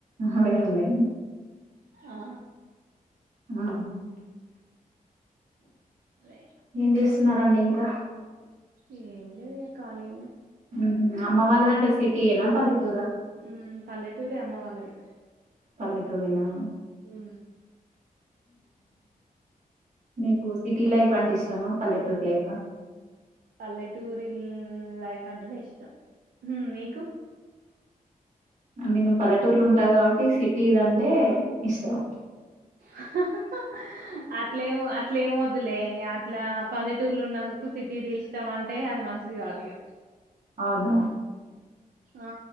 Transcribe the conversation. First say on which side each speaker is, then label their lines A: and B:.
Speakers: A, on the right; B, on the right.
A: అవే ఉన్నాయి
B: ఆ
A: ఆ
B: అదే
A: ఏం చేస్తాం చస్తున్నారండి ఇంకా
B: ఏం లేదు కాళీ
A: ఊహూ అమ్మ వాళ్ళదంట సిటీనా పల్లెటూరా
B: ఉమ్, పల్లెటూరే అమ్మ వాళ్ళది
A: పల్లెటూరేనా
B: ఆ
A: మీకు సిటీ లైఫ్ అంటే ఇష్టమా పల్లెటూరు లైఫా
B: పల్లెటూరి లైఫ్ అంటేనే ఇష్టం మీకు
A: నేను పల్లెటూర్లు ఉంటా కాబట్టి సిటీదంటే ఇష్టం
B: అహహా అది అట్లమ్ అట్లే ఏం వద్దులే అట్లా పల్లెటూర్లు ఉన్నందుకు సిటీది ఇష్టం అంటే అది మంచిది కాదు ఇగ
A: అవునా
B: ఆ